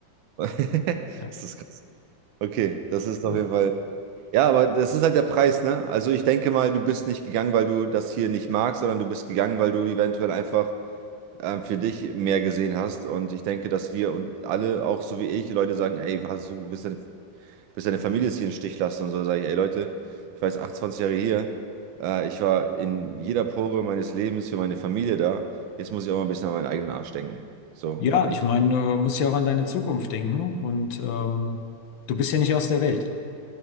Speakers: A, on the right; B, on the left.
A: <laughs>
B: Ja,
A: Ist das krass. Okay, das ist
B: ja.
A: auf jeden Fall. Ja, aber das ist halt der Preis, ne? Also, ich denke mal, du bist nicht gegangen, weil du das hier nicht magst, sondern du bist gegangen, weil du eventuell einfach ähm, für dich mehr gesehen hast. Und ich denke, dass wir und alle, auch so wie ich, Leute sagen: Ey, hast du, bist du bis deine Familie es hier im Stich lässt und so, Dann sage ich, ey Leute, ich war jetzt 28 Jahre hier, äh, ich war in jeder Pore meines Lebens für meine Familie da, jetzt muss ich auch mal ein bisschen an meinen eigenen Arsch denken. So,
B: Ja,
A: auch gut.
B: ich meine,
A: Deutsch.
B: du musst ja auch an deine Zukunft denken und ähm, du bist ja nicht aus der Welt.